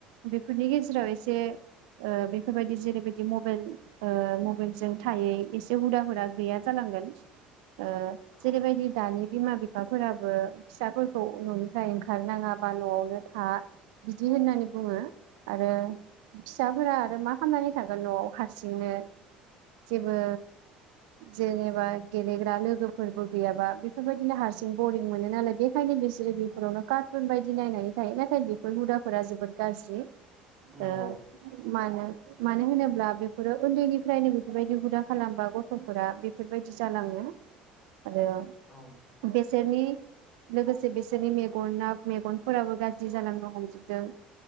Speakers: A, on the right; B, in the centre.
A: बेफोरनि गेजेराव एसे ओ बेफोरबायदि जेरैबायदि मबेल ओ मबेलजों थायै एसे हुदा हुरा गैया जालांगोन ओ जेरैबायदि
B: औ
A: दानि बिमा बिफाफोराबो फिसाफोरखौ न'निफ्राय ओंखारनाङा बा न'आवनो था बिदि होननानै बुङो आरो फिसाफोरा आरो मा खामनानै थागोन न'आव हारसिंनो जेबो जेनेबा गेलेग्रा लोगोफोरबो गैयाबा बेफोरबायदिनो हारसिं बरिं मोनो नालाय। बेखायनो बिसोरो बेफोरावनो कार्टुन बायदि नायनानै थायो नाथाय बेफोर हुदाफोरा जोबोद गाज्रि। ओ
B: नंगौ
A: मानो मानो होनोब्ला बेफोरो उन्दैनिफ्रायनो बेफोरबायदि हुदा खालामबा गथफोरा बेफोर बायदि जालाङो। आरो
B: औ
A: बेसे बिसोरनि लोगोसे बिसोरनि मेगना मेगनफोराबो गाज्रि जालांनो हमजोबदों।